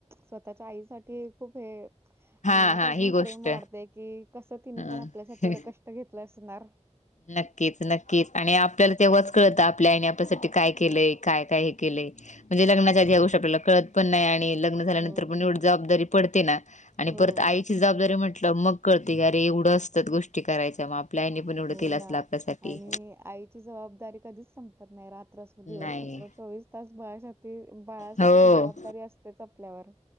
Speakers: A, on the right; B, on the left.
A: स्वतःच्या आईसाठी खूप हे.
B: हा
A: मनात
B: हा
A: अजून
B: ही गोष्ट
A: प्रेम वाढतेय की कसं तिने
B: हा
A: पण आपल्यासाठी एवढं कष्ट घेतलं असणार.
B: नक्कीच नक की आणि आपल्याला तेव्हाच कळतं आपल्या आईने आपल्यासाठी काय केलंय काय काय हे केलंय. म्हणजे लग्च्या आधी गोष्ट आपल्याला कळत पण नाही आणि ल लग्न झाल्यानंतर
A: हो.
B: एवढी जबाबदारी पडते ना
A: हो.
B: परत आई. ती जबाबदारी म्हटलं मग कळते क अरे एवढं असतात गोष्टी करायच्या मग आपल्या आईने पण एवढं.
A: हो
B: केलं
A: ना
B: असेल आपल्यासाठी.
A: आणि आई. ती जबदारी कधीच संपत नाही रात्र दिवस
B: नाही.
A: चोवीस तास ब <unintelligible> ती बाळासाठी
B: हो.
A: ती जबाबदारी असतेच आपल्यावर.